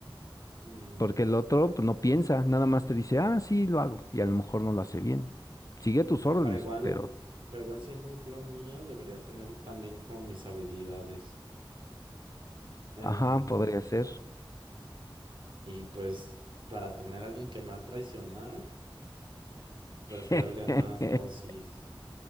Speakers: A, on the right; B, on the left.
A: Mm,
B: porque el otro pues, no piensa, nada más te dice, ah, sí, lo hago, y a lo mejor no lo hace bien. Sigue tus órdenes,
A: Pero igual,
B: pero,
A: pero igual siendo un clon mío, debería tener también como mis habilidades. Em,
B: ajá, podría ser.
A: y pues para tener a alguien que me va a traicionar, prefiero
B: <laughs>
A: alguien más dócil.